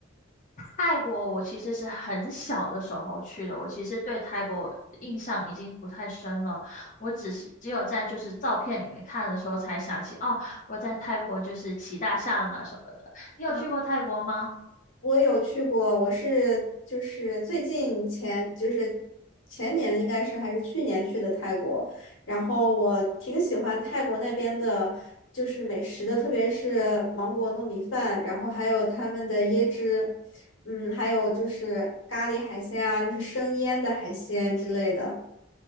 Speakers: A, on the left (about 40°); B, on the left (about 85°).
A: 泰国我其实是很小的时候去的，我其实对泰国印象已经不太深了，我只是只有在就是照片里面看的时候才想起，哦，我在泰国就是骑大象啊什么的。你有去过泰国吗？
B: 嗯我有去过，我是就是最近前就是前年应该是还是去年去的泰国，然后我挺喜欢泰国那边的，就是美食的，特别是芒果糯米饭，然后还有他们的椰汁，嗯，还有就是咖喱海鲜啊，就是生腌的海鲜之类的。